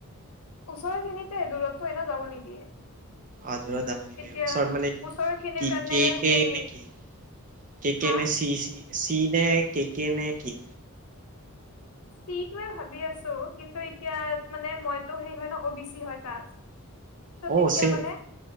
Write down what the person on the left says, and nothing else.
ওচৰৰ তেনেকে দূৰতটো এনেও যাব নিদিয়ে
এতিয়া
ওচৰৰ খিনিৰ
কাৰণে
সেই
হা
চিটোৱে ভাবি আছো কিন্তু এতিয়া মানে মইতো সেই হয় ন অ বি চি হয় কাজ ত
তেতিয়া
মানে